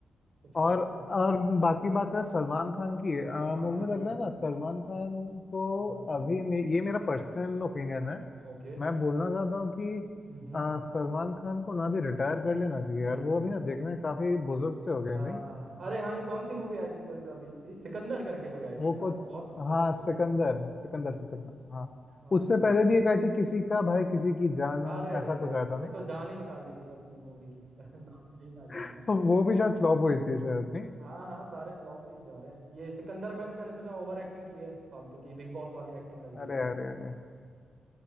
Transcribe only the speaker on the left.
और
और बाकी बात करें सलमान खान की अ,
मुझे
लग
रहा है ना सलमान खान को
अभी मे, ये मेरा पर्सनल ओपिनियन
है
मैं बोलना चाहता हूँ कि
अ, सलमान खान को ना भी रिटायर कर लेना चाहिए
यार वो अभी ना देखने में काफी बुजुर्ग से हो गए
नहीं
वो
कुछ
हाँ
सिकंदर सिकंदर सिकंदर हाँ
उससे
पहले भी एक आई थी किसी का भाई किसी की जान
हो,
ऐसा
कुछ आया था
नहीं
<laughs>
वो भी शायद फ्लॉप हुई थी शायद नहीं
अरे
अरे अरे